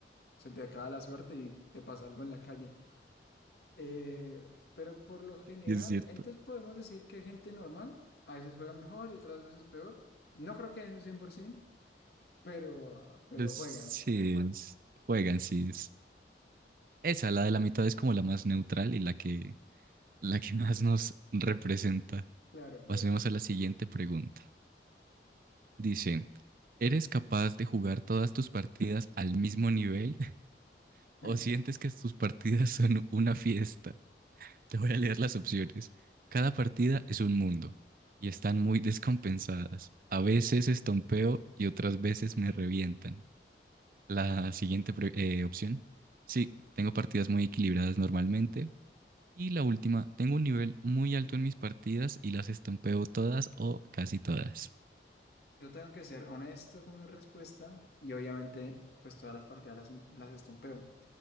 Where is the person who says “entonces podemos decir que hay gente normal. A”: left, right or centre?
Left